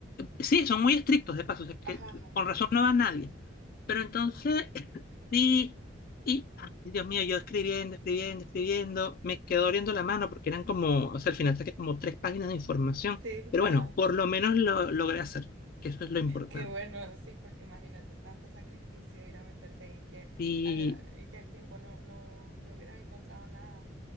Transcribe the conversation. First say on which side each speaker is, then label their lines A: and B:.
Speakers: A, on the left; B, on the right.
A: Sí, son muy estrictos de paso, o sea, que
B: Ajá, ajá.
A: con razón no va nadie. Pero entonces, <laughs> sí, y, ay, Dios mío, yo escribiendo, escribiendo, escribiendo, me quedó doliendo la mano porque eran como, o sea, al final saqué como tres páginas de información,
B: Sí,
A: pero
B: ajá.
A: bueno, por lo menos lo logré hacer, que eso es lo importante.
B: Qué bueno, sí, porque imagínate tanto sacrificio ir a meterte ahí que,
A: Y
B: al- y que el tiempo no, no, no hubiera encontrado nada.